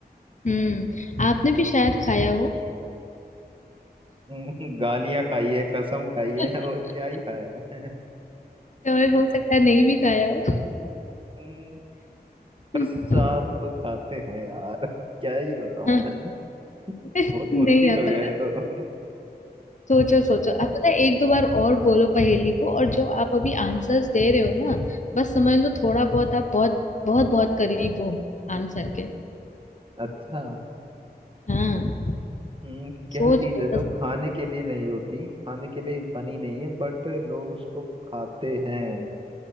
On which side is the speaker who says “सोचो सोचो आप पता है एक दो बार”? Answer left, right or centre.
Left